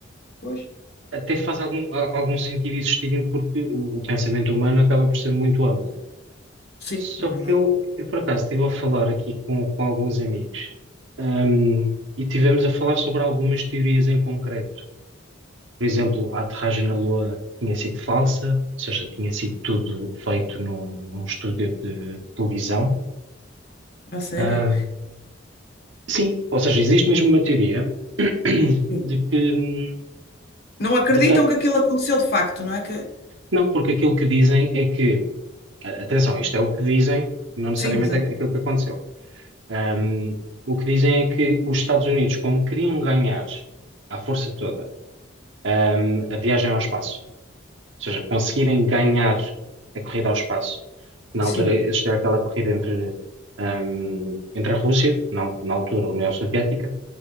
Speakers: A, on the left; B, on the right.
A: Pois.
B: até faz algum, a- algum sentido existirem porque o, o pensamento humano acaba por ser muito amplo.
A: Sim,
B: Só
A: é verdade.
B: que eu, eu por acaso estive a falar aqui com, com alguns amigos, ahm, e tivemos a falar sobre algumas teorias em concreto. Por exemplo, a aterragem na Lua tinha sido falsa, ou seja, tinha sido tudo feito num, num estúdio de, televisão.
A: A sério?
B: Ahm, sim, ou seja, existe mesmo uma teoria <coughs> <clears throat>
A: Sim.
B: de que,
A: Não acreditam
B: de que, há-
A: que aquilo aconteceu de facto, não é? Que...
B: não, porque aquilo que dizem é que, a- atenção, isto é o que dizem, não necessariamente
A: Sim, exato.
B: é aquilo que aconteceu. Um, o que dizem é que os Estados Unidos, como queriam ganhar à força toda, um, a viagem ao espaço, ou seja, conseguirem ganhar a corrida ao espaço, na
A: Sim.
B: altura existia aquela corrida entre, um, entre a Rússia, na, na altura a União Soviética,